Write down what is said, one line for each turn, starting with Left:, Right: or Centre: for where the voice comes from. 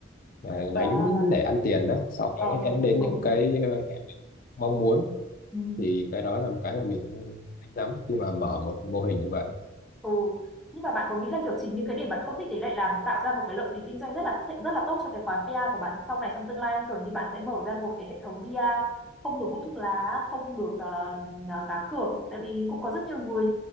Left: ờ, đánh
Centre: à
Left: để ăn tiền đó sau
Centre: ờ
Left: đó nó dẫn đến
Centre: đúng
Left: những cái ờ, mong muốn
Centre: ừ.
Left: thì cái đó là một cái mà mình không thích lắm khi mà mở một mô hình như vậy
Centre: ừ nhưng mà bạn có nghĩ là kiểu chính những cái điểm bạn không thích đấy lại làm tạo ra một cái lợi thế kinh doanh rất là thích- rất là tốt cho cái quán bia của bạn sau này trong tương lai không? kiểu như bạn sẽ mở ra một cái hệ thống bia không được hút thuốc lá không được ờ, ờ, cá cược tại vì cũng có rất nhiều người